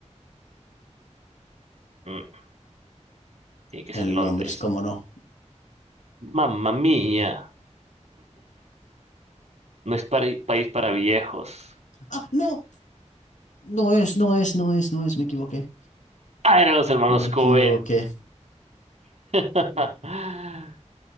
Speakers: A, on the right; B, on the left.
A: mm, tiene que
B: En
A: ser Londres.
B: Londres, cómo no.
A: Mamma Mía. No es pari- país para viejos.
B: Ah, no, no es, no es, no es, no es, me equivoqué.
A: Ah, eran los hermanos
B: Me
A: Cohen.
B: equivoqué.
A: <laughs>